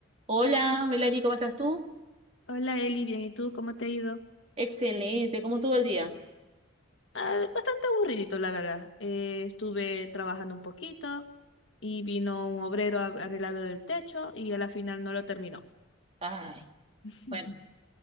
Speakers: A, on the right; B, on the left.
A: Hola, Melanie, ¿cómo estás tú?
B: Hola Eli, bien, ¿y tú cómo te ha ido?
A: Excelente, ¿cómo estuvo el día?
B: Ah, bastante aburridito, la verdad. Eh, estuve trabajando un poquito y vino un obrero a arreglado el techo y a la final no lo terminó.
A: Ay,
B: <laughs>
A: bueno,